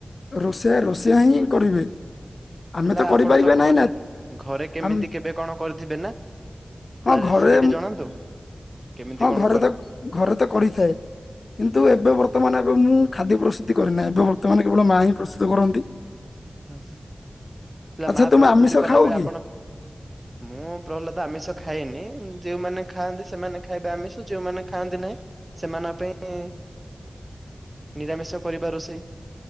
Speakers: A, on the left; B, on the right.
A: ରୋଷେଇ ରୋଷେଇଆ ହିଁ କରିବେ। ଆମେ
B: ହେଲା
A: କରିପାରିବା
B: ଆପଣ ତ ଘରେ
A: ନାହିଁ ନା
B: ଘରେ କେମିତି
A: ଆମ୍-
B: କେବେ କଣ କରିଥିବେ ନାଁ।
A: ହଁ
B: ତା ରେସିପି
A: ଘରେ
B: ଟି ଜଣାନ୍ତୁ। କେମିତି
A: ହଁ
B: କଣ
A: ଘରେ
B: କରି
A: ତ ଘରେ ତ କରିଥାଏ କିନ୍ତୁ ଏବେ ବର୍ତ୍ତମାନ ଏବେ ମୁଁ ଖାଦ୍ୟ ପ୍ରସ୍ତୁତି କରିରେନାହିଁ ଏବେ ବର୍ତ୍ତମାନ କେବଳ ମା ହିଁ ପ୍ରସ୍ତୁତ କରନ୍ତି।
B: ହ ହ ହେଲା
A: ଆଚ୍ଛା
B: ମା
A: ତୁମେ
B: ପ୍ରସ୍ତୁତି
A: ଆମିଷ
B: କଲା
A: ଖାଅ
B: ବେଳେ
A: କି
B: ଆପଣ ମୁଁ ପ୍ରହ୍ଲାଦ ଆମିଷ ଖାଇନି। ଯୋଉମାନେ ଖାଆନ୍ତି ସେମାନେ ଖାଇବେ ଆମିଷ ଯୋଉମାନେ ଖାଆନ୍ତି ନାହିଁ ସେମାନଙ୍କ ପାଇଁ ନିରାମିଷ କରିବା ଋଷେଇ।